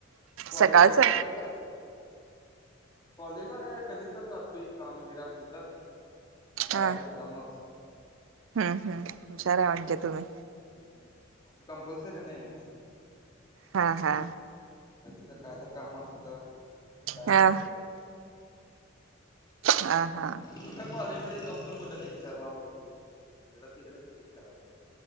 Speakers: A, on the left; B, on the right.
A: कॉलेज
B: सकाळचं
A: काय सकाळीच असते. कॉलेजला काय कधी तर जातोय एक काम वगैरे असलं तर नाही डायरेक्ट
B: हा.
A: एक्झामलाच
B: हम्म हम् हुशार आहे म्हणजे तुम्ही.
A: हम्म असं कंपल्सरी नाही आहे
B: हा हा
A: कधी तर काय तर काम असलं डायरेक्ट
B: हा
A: एझमबला जायचं.
B: हा हा
A: कुठ्या कॉलेज मध्ये जाऊन तर कुठ्या लेक्चरला बसतो हीकडं तिकडं तर फिरायचं